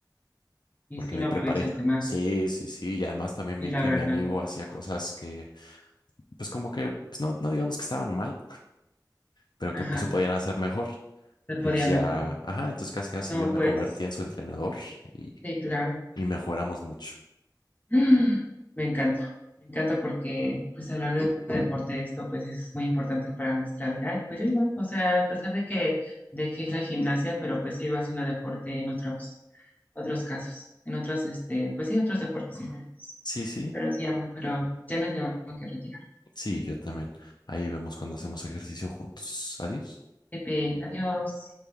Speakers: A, on the left; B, on the left.
A: Y
B: porque
A: sí
B: me
A: lo
B: preparé.
A: aprovechaste más.
B: Sí, sí, sí. Y además también
A: Y
B: vi
A: la
B: que
A: verdad,
B: mi amigo hacía cosas que, pues como que, pues no, no digamos que estaban mal, pero que
A: ajá,
B: pues, se podían hacer mejor.
A: se podía
B: Y pues ya,
A: mejorar.
B: ajá, entonces casi casi
A: No,
B: yo me
A: pues,
B: convertí en su entrenador y,
A: sí, claro.
B: y mejoramos mucho.
A: <gasps> Me encanta, me encanta porque pues hablar de deporte, esto pues es muy importante para nuestra vida. Y pues yo igual, o sea, a pesar de que dejé la gimnasia, pero pues sigo haciendo deporte en otros, otros casos, en otros, este, pues sí, otros deportes diferentes.
B: Sí, sí,
A: Pero sí, amor, pero ya me tengo que retirar.
B: sí, yo también. Ahí vemos cuando hacemos ejercicio juntos. Adiós.
A: Pepe, adiós.